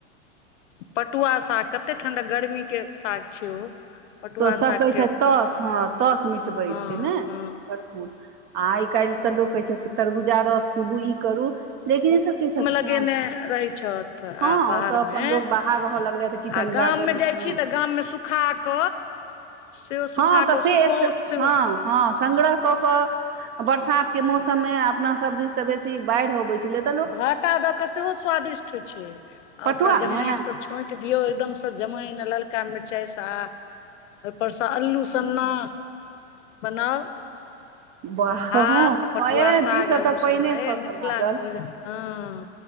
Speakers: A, on the left; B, on the right.
A: पटुआ साग कते ठंडा गर्मीके साग छै ओ पटुआ
B: तो सभ
A: साग
B: कहै
A: के
B: छ तस हँ तस मिटबै
A: हँ
B: छै ने भरपूर
A: हँ
B: आ आइ काल्हि तऽ लोक कहै छै तरबूजा रस पीबू ई करू लेकिन ईसभ चीज
A: लगे
B: हँ
A: ने रहै छ त आ
B: हँ
A: बाहर
B: ओ तऽ अपन
A: मे
B: लोक
A: आ
B: बाहर रहय लगलै तऽ किचन
A: गाम
B: गार्डन
A: मे जाइ
B: हँ
A: छी त गाम मे सु खा क सेहो सुखा
B: हँ तऽ
A: क
B: से
A: सुखोत
B: एस्ट
A: सेहो
B: हँ हँ संग्रह क क बरसात के मौसम मे अपना सभ दिस त बेसी बाढ़ अबै छलैत
A: घाटा द क सेहो स्वादिष्ट होइ छै आ
B: पटुआ
A: ओकरा जमाइन
B: ने
A: से छोंट दियऔ एकदम से जमाइन ललका मिरचाई सा परसँ अल्लू सन्ना बनाउ
B: वाह
A: भात
B: हँ
A: पटुआ
B: ए
A: साग
B: जी से
A: आलू
B: तऽ पानिए
A: सना हे
B: खसय
A: मिथिलाके
B: लागल
A: भोजन हँ